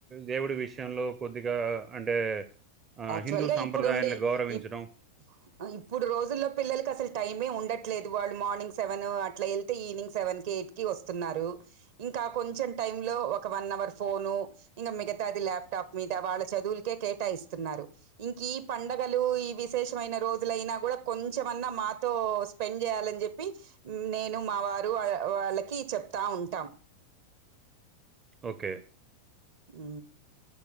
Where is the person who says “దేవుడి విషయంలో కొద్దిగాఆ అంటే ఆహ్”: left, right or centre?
Right